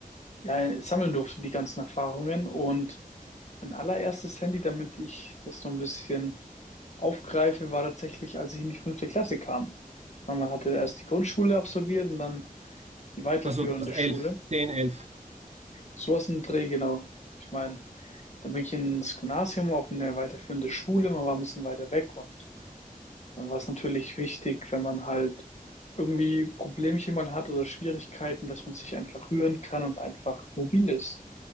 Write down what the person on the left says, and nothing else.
ja, sammeln durfte, die ganzen Erfahrungen. Und mein allererstes Handy, damit ich das so ein bisschen aufgreife, war tatsächlich, als ich in die fünfte Klasse kam. Weil Man hatte erst die Grundschule absolviert und dann die weiterführende
Schule.
Sowas in den Dreh, genau. Ich meine, dann bin ich ins Gymnasium auf eine weiterführende Schule, man war ein bisschen weiter weg und dann war es natürlich wichtig, wenn man halt irgendwie Problemchen mal hat oder Schwierigkeiten, dass man sich einfach rühren kann und einfach mobil ist.